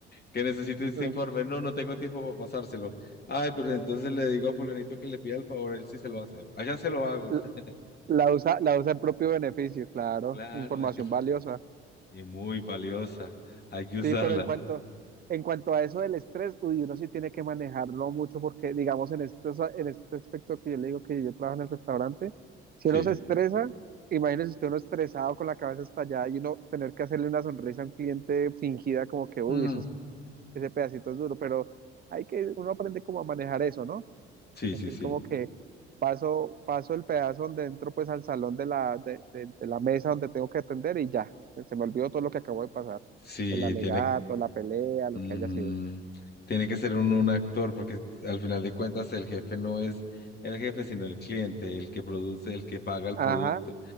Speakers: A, on the left; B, on the right.
A: que necesito este
B: Le-
A: informe? No, no tengo tiempo para pasárselo. Ay, pues entonces le digo a fulanito que le pida el favor, él sí se lo hace. Allá se lo hago.
B: l-
A: <laughs>
B: La usa, la usa en propio beneficio, claro,
A: Claro,
B: información
A: hay que...
B: valiosa.
A: Y muy valiosa. Hay que usarla.
B: Sí, pero en cuanto, en cuanto a eso del estrés, uy, uno sí tiene que manejarlo mucho porque, digamos, en este, en este aspecto que yo le digo que yo trabajo en el restaurante, si
A: Sí.
B: uno se estresa, imagínese usted uno estresado con la cabeza estallada y uno tener que hacerle una sonrisa a un cliente fingida como que, uy,
A: Mm.
B: eso ese pedacito es duro, pero hay que, uno aprende como a manejar eso, ¿no?
A: Sí,
B: Es
A: sí,
B: decir,
A: sí.
B: como que paso, paso el pedazo donde entro pues al salón de la, de, de- de la mesa donde tengo que atender y ya, se me olvidó todo lo que acabo de pasar,
A: Sí,
B: el alegato,
A: tiene,
B: la pelea, lo
A: mm,
B: que haya sido.
A: tiene que ser un, un actor, porque al final de cuentas el jefe no es el jefe, sino el cliente, el que produce, el que paga el
B: Ajá,
A: producto.